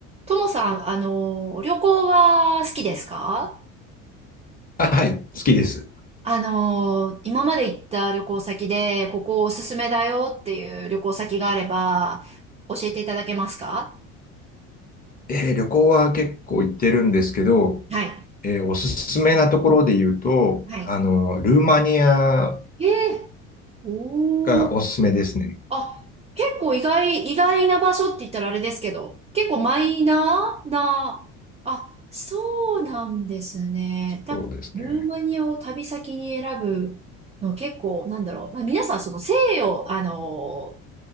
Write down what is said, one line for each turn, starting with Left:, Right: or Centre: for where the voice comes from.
Right: ともさん、あの旅行は好きですか
Left: あ、はい、好きです。
Right: あの今まで行った旅行先で、ここおすすめだよっていう旅行先があれば、教えていただけますか
Left: えー旅行は結構行ってるんですけど、
Right: はい。
Left: えーおすすめなところで言うと、
Right: はい。
Left: あの、ルーマニア
Right: えー、おー。
Left: がおすすめですね。
Right: あ、結構意外、意外な場所って言ったらあれですけど、結構マイナーな、あ、そうなんですね。た、
Left: そうですね。
Right: ルーマニアを旅先に選ぶの結構、なんだろう。まあ、皆さんその西洋、あの